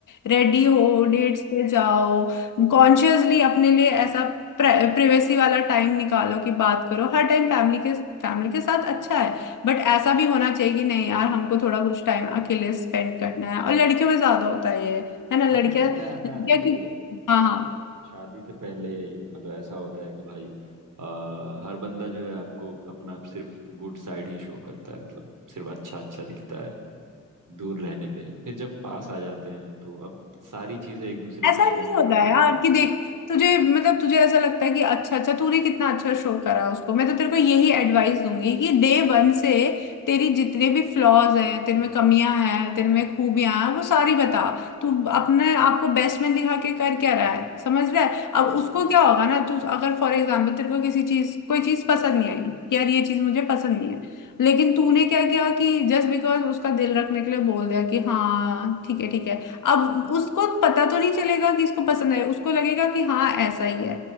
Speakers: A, on the left (about 80°); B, on the right (about 80°).
A: रेडी हो डेट्स पे जाओ कॉन्शियसली अपने लिए ऐसा प्राइवेसी वाला टाइम निकालो कि बात करो हर टाइम फैमिली के फैमिली के साथ अच्छा है बट ऐसा भी होना चाहिए कि नहीं यार हमको थोड़ा कुछ टाइम अकेले स्पेंड करना है और लड़कियों में ज्यादा होता है ये है ना
B: अच्छा
A: लड़कियां
B: पता
A: लड़कियां
B: है ना वो
A: क्यों हाँ हाँ
B: नहीं शादी से पहले मतलब ऐसा होता है कि भाई आ, हर बंदा जो है आपको अपना सिर्फ गुड साइड ही शो करता है मतलब सिर्फ अच्छा अच्छा दिखता है दूर रहने पे फिर जब पास आ जाते हैं तो अब सारी चीजें एक दूसरे
A: ऐसा
B: की शेयर
A: नहीं होता
B: करने
A: यार
B: लगती हैं
A: कि देख तुझे मतलब तुझे ऐसा लगता है कि अच्छा अच्छा तूने कितना अच्छा शो करा उसको मैं तो तेरे को यही एडवाइस दूंगी कि डे वन से तेरी जितने भी फ्लॉज हैं तेरे में कमियां हैं तेरे में खूबियां हैं वो सारी बता तू अपने आप को बेस्ट में दिखा के कर क्या रहा है समझ रहा है अब
B: हम्म।
A: उसको क्या होगा ना तू अगर फॉर एग्जाम्पल तेरे को किसी चीज कोई चीज पसंद नहीं आई कि यार ये चीज मुझे पसंद नहीं है लेकिन तूने क्या किया कि जस्ट बिकॉज उसका दिल रखने के लिए बोल दिया कि हाँ ठीक है ठीक है अब उसको पता तो नहीं चलेगा कि इसको पसंद है उसको लगेगा कि हाँ ऐसा ही है